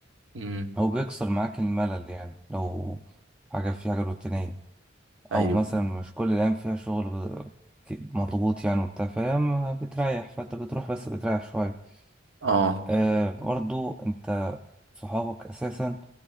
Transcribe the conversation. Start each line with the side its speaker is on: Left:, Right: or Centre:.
Right: امم
Centre: أو بيكسر معاك الملل يعني لو حاجة في حاجة روتينية
Right: ايوه
Centre: أو مثلا مش كل الأيام فيها شغل ب- ك- مضغوط يعني وبتاع فاهم بتريح فأنت بتروح بس بتريح شوية
Right: اه
Centre: آه برضو أنت صحابك أساسا